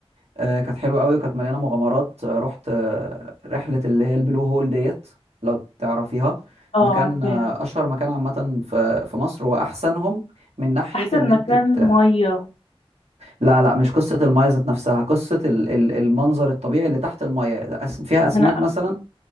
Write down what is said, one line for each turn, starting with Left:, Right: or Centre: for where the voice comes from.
Right: آه، كانت حلوه قوي وكانت مليانه مغامرات آه، رحت آه، رحله اللي هي البلو هول ديت لو تعرفيها
Left: اه
Right: مكان
Left: عارفاها
Right: آه، اشهر مكان عامه في في مصر واحسنهم من ناحيه
Left: احسن
Right: ان انت
Left: مكان
Right: ت...
Left: مية
Right: لا لا مش قصه المايه ذات نفسها قصه ال- ال- المنظر الطبيعي اللي تحت المايه أس- فيها اسماك
Left: أنا
Right: مثلا